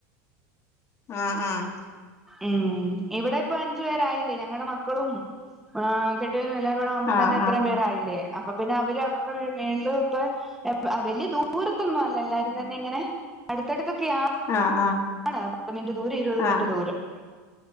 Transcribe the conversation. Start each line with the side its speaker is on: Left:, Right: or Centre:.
Left: ആഹ് ആഹ്
Centre: ഉം ഇവിടെ ഇപ്പൊ അഞ്ച് പേരായില്ലേ ഞങ്ങടെ മക്കളും ആഹ് കെട്ട്യോനും എല്ലാവരൂടാവുമ്പൊത്തന്നെ
Left: ആഹ്
Centre: ഇത്രേം പേരായില്ലേ അപ്പൊ പിന്നെ അവര് അവർറെ വീട്ന് മേള്ല് ഇപ്പെ വെല്യെ ദൂരത്തൊന്നുവല്ല എല്ലാരും തന്നിങ്ങനെ അട്ത്തട്ത്തൊക്കെയാ
Left: ആഹ് ആഹ്
Centre: ആണ് പത്ത് മിൻറ്റ് ദൂരം ഇരുപത്
Left: ആഹ്
Centre: മിൻറ്റ് ദൂരം